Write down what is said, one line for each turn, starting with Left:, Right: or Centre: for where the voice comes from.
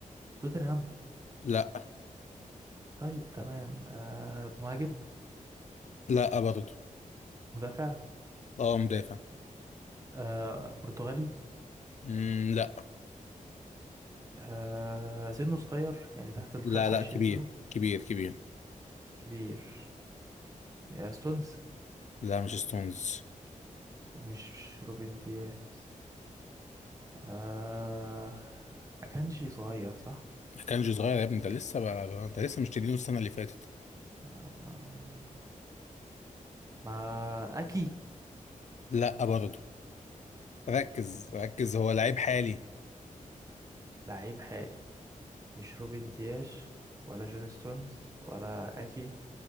Right: توتنهام
Left: لا
Right: طيب تمام آه، مهاجم
Left: لا برضه
Right: مدافع
Left: اه مدافع
Right: آه، برتغالي
Left: مم لا
Right: آه، سنه صغير يعني تحت ال
Left: لا
Right: 25
Left: لا كبير
Right: سنة
Left: كبير كبير
Right: كبير آه، ستونز
Left: لا مش ستونز
Right: ومش روبن دياس آه، أكانجي صغير صح
Left: كانجي صغير يا ابني ده لسه بقى انت لسه مش تدينه السنة اللي فاتت
Right: آه، مع أكي
Left: لا برضه ركز ركز هو لعيب حالي
Right: لعيب حالي مش روبن دياش ولا جون ستونز ولا اكي